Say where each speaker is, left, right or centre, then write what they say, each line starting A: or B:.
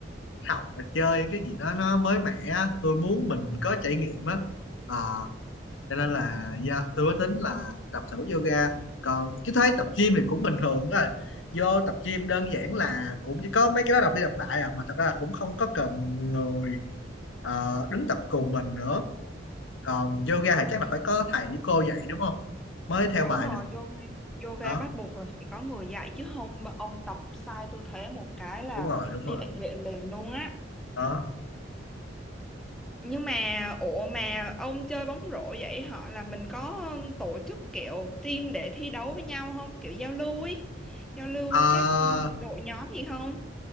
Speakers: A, on the left (about 80°); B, in the centre.
A: học và chơi những cái gì đó nó mới mẻ á. tôi muốn mình có trải nghiệm á Ờ, cho nên là yeah, tôi mới tính là tập thử yoga còn chứ thấy tập gym thì cũng bình thường thôi vô tập gym đơn giản là cũng chỉ có mấy cái đó đọc đi đọc lại à mà thật ra là cũng không có cần người ờ, đứng tập cùng mình nữa còn yoga thì chắc là phải có thầy với cô dạy đúng không mới theo
B: Đúng
A: bài
B: rồi,
A: được
B: yoga, yoga
A: đó
B: bắt buộc là phải có người dạy chứ không mà ông tập sai tư thế một cái là
A: đúng rồi đúng
B: đi
A: rồi
B: bệnh viện liền luôn á.
A: đó
B: Nhưng mà ủa mà ông chơi bóng rổ vậy họ là mình có tổ chức kiểu team để thi đấu với nhau không? Kiểu giao lưu ý, giao lưu
A: Ờ,
B: các đội nhóm gì không?